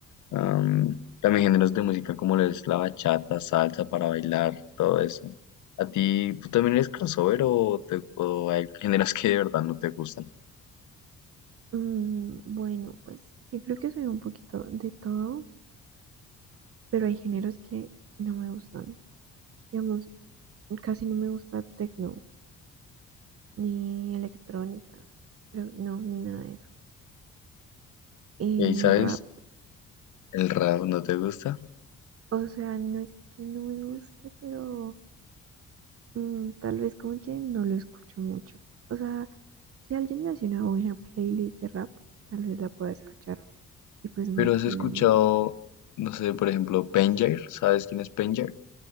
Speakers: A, on the left; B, on the right.
A: am, también géneros de música como lo es la bachata, salsa para bailar, todo eso. ¿A ti, tú también eres crossover o, te, o hay géneros que de verdad no te gustan?
B: Mm, bueno, pues sí creo que soy un poquito de todo, pero hay géneros que no me gustan. Digamos, casi no me gusta techno, ni electrónica, creo, no, ni nada de eso. El
A: ¿Y sabes?
B: rap,
A: ¿El rap no te gusta?
B: o sea, no es que no me guste, pero mm, tal vez como que no lo escucho mucho. O sea, si alguien me hace una buena playlist de rap, tal vez la pueda escuchar y pues no
A: Pero
B: hay problema.
A: has escuchado, no sé, por ejemplo, Penjair, ¿sabes quién es Penjair?